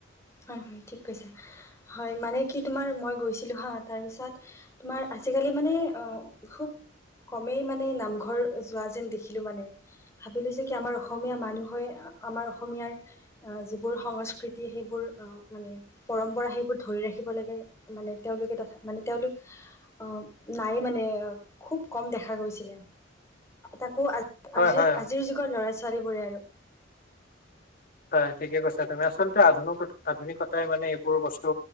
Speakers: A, on the left (about 15°); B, on the left (about 50°).
A: হয় হয় ঠিক কৈছা হয় মানে কি তোমাৰ মই গৈছিলো হা তাৰপিছত তোমাৰ আজিকালি মানে খুব কমেই মানে নামঘৰ যোৱা যেন দেখিলো মানে ভাবিলো যে কি আমাৰ অসমীয়া মানুহে আমাৰ অসমীয়াৰ যিবোৰ সংস্কৃতি সেইবোৰ মানে পৰম্পৰা সেইবোৰ ধৰি ৰাখিব লাগে মানে তেওঁলোকে তথা মানে তেওঁলোক আহ নাই মানে খুব কম দেখা গৈছিলে তাকো আ
B: হয়
A: আজ
B: হয়
A: আজিৰ যুগৰ ল'ৰা ছোৱালীবোৰে আৰু।
B: হয় ঠিকে কৈছা তুমি আচলতে আধুনিক আধুনিকতাই মানে এইবোৰ বস্তু